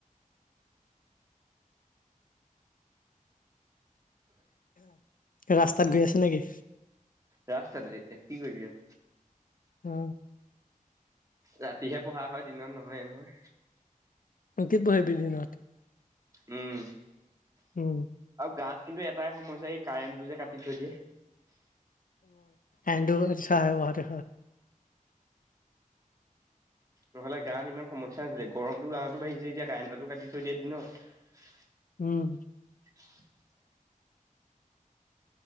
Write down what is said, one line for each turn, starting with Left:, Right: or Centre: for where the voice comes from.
Left: ৰাস্তাত গৈ আছে নেকি!
Right: ৰাস্তাতে এতিয়া কি কৰিবা।
Left: অ'।
Right: ৰাতিহে পঢ়া হয় দিনত নহয় - নহয়।
Left: কতি প বিধিনাথ।
Right: উম,
Left: উম,
Right: গাত কিন্তু এটাই সমস্যা এই কাৰেণ্টটো যে কাটি থৈ দিয়ে।
Left: এছাে ব দে।
Right: নহলে গাৱত ইমান সমস্যা নাছিলে গৰমতো গাৱতো বাঢ়িছে এতিয়া কাৰেণ্টটো কাটি থৈ দিয়া দিনত।
Left: উম,
Right: <inaudible>